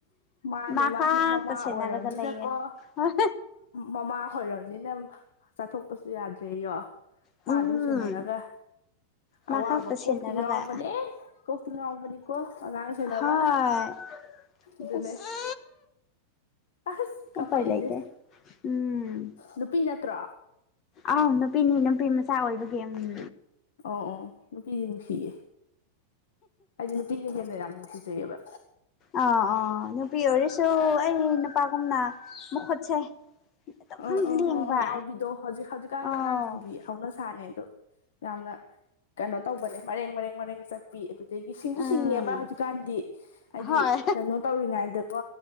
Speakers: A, on the left; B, on the left.
A: ꯃꯥꯅꯦ
B: ꯃꯥ
A: ꯃꯥꯅꯦ
B: ꯈꯛꯇ
A: ꯃꯃꯥ
B: ꯁꯦꯟꯅꯔꯒ
A: ꯑꯣꯏꯔꯝꯅꯤꯅꯀꯣ
B: ꯂꯩꯌꯦ ꯍꯣꯏ
A: ꯃꯃꯥ ꯑꯣꯏꯔꯝꯅꯤꯅ ꯆꯥꯊꯣꯛꯄꯁꯨ ꯌꯥꯗ꯭ꯔꯦ ꯌꯣ
B: ꯎꯝ
A: ꯃꯥ ꯑꯗꯨꯝ ꯁꯦꯟꯅꯔꯒ
B: ꯃꯥ
A: ꯑꯋꯥꯕ
B: ꯈꯛꯇ ꯁꯦꯟꯅꯔꯒ
A: ꯀꯣꯛꯇꯤ ꯉꯥꯎꯕꯅꯦ ꯀꯣꯛꯇꯤ ꯉꯥꯎꯕꯅꯤꯀꯣ ꯑꯉꯥꯡ ꯁꯦꯅꯕ
B: ꯍꯣꯏ
A: ꯑꯗꯨꯅꯦ
B: ꯑꯁ
A: ꯑꯁ ꯀꯥꯄꯛꯏꯁꯦ
B: ꯎꯄꯥꯏ ꯂꯩꯇꯦ ꯎꯝ
A: ꯅꯨꯄꯤ ꯅꯠꯇ꯭ꯔꯣ
B: ꯑꯥꯎ ꯅꯨꯄꯤꯅꯤ ꯅꯨꯄꯤ ꯃꯆꯥ ꯑꯣꯏꯕꯒꯤꯝ ꯎꯝ
A: ꯑꯣ ꯑꯣ ꯅꯨꯄꯤꯗꯤ ꯅꯨꯡꯁꯤꯌꯦ ꯑꯩꯗꯤ ꯅꯨꯄꯤꯅ ꯍꯦꯟꯅ ꯌꯥꯝ ꯅꯨꯡꯁꯤꯖꯩꯑꯕ
B: ꯑ ꯑ ꯅꯨꯄꯤ ꯑꯣꯏꯔꯁꯨ ꯑꯩ ꯅꯨꯄꯥꯒꯨꯝꯅ ꯃꯈꯨꯠꯁꯦ ꯑꯗꯨꯝ
A: ꯑꯥ ꯑꯥ
B: ꯂꯦꯡꯕ
A: ꯍ‌ꯣꯏ ꯌꯥꯎꯕꯤꯗꯣ ꯍꯧꯖꯤꯛ ꯍꯧꯖꯤꯛꯀꯥꯟꯒꯤ
B: ꯑꯧ
A: ꯑꯉꯥꯡꯖꯤꯡꯒꯤ ꯍꯧꯅ ꯁꯥꯥꯅꯦ ꯑꯗꯣ ꯌꯥꯝꯅ ꯀꯩꯅꯣ ꯇꯧꯕꯅꯦ ꯃꯔꯦꯡ ꯃꯔꯦꯡ ꯃꯔꯦꯡ ꯆꯠꯄꯤ ꯑꯗꯨ ꯑꯗꯒꯤ ꯁꯤꯡꯖꯨ
B: ꯎꯝ
A: ꯁꯤꯡꯉ‌ꯦꯕ ꯍꯧꯖꯤꯛꯀꯥꯟꯗꯤ ꯍꯥꯏꯗꯤ
B: ꯍꯣꯏ
A: ꯀꯩꯅꯣ ꯇꯧꯔꯤꯉꯩꯗꯀꯣ